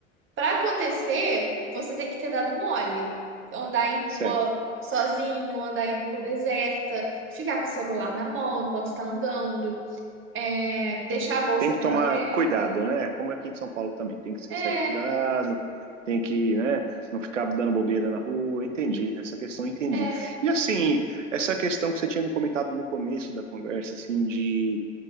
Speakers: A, on the right (about 30°); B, on the right (about 75°).
A: Para acontecer, você tem que ter dado mole. Andar em rua
B: certo.
A: sozinho, andar em rua deserta, ficar com o celular na mão enquanto está andando, é, deixar a bolsa
B: tem que
A: meio
B: tomar
A: aberta.
B: cuidado, né? Como aqui em São Paulo também, tem que ser
A: É,
B: certo cuidado, tem que, né, não ficar dando bobeira na rua. Entendi, essa questão eu entendi.
A: é.
B: E assim, essa questão que você tinha me comentado no começo da conversa, assim, de